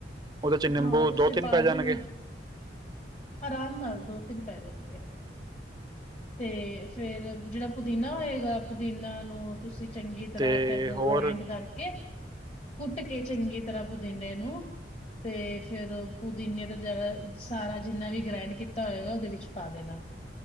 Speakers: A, on the right; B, on the left.
A: ਉਹਦੇ ਚ ਨਿੰਬੂ
B: ਹਾਂ ਤੁਸੀਂ
A: ਦੋ ਤਿੰਨ
B: ਪਾ
A: ਪੈ ਜਾਣਗੇ
B: ਦੇਣ ਆਰਾਮ ਨਾਲ ਦੋ ਤਿੰਨ ਪੈ ਜਾਣਗੇ ਆ ਤੇ ਫੇਰ ਜਿਹੜਾ ਪੁਦੀਨਾ ਹੋਏਗਾ ਪੁਦੀਨਾ ਨੂੰ ਤੁਸੀਂ ਚੰਗੀ ਤਰ੍ਹਾਂ
A: ਤੇ
B: ਕਹਿ ਦੋ
A: ਹੋਰ
B: ਗ੍ਰਾਈੰਡ ਕਰਕੇ ਕੁੱਟ ਕੇ ਚੰਗੀ ਤਰ੍ਹਾਂ ਪੁਦੀਨੇ ਨੂੰ ਤੇ ਫੇਿਰ ਪੁਦੀਨੇ ਦਾ ਜਿਆਦਾ ਸਾਰਾ ਜਿੰਨਾ ਵੀ ਗ੍ਰੈਂੰਡ ਕੀਤਾ ਹੋਏਗਾ ਉਹਦੇ ਵਿੱਚ ਪਾ ਦੇਣਾ